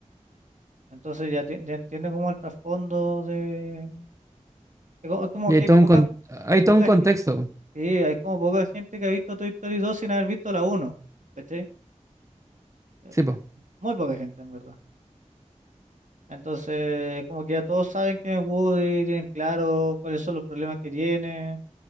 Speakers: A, on the right; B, on the right.
A: Entonces ya, ti- ya entiende como el trasfondo de... Es co- es como
B: Y
A: que
B: hay
A: hay
B: todo
A: poca,
B: un, con- hay
A: poca,
B: todo un contexto.
A: gen- sí, hay como poca gente que ha visto Toy Story 2 sin haber visto la uno ¿Cachai? Eh,
B: Sí, po.
A: Muy poca gente, en verdad. Entonces, como que ya todos saben quién es Woody, tienen claro cuáles son los problemas que tiene.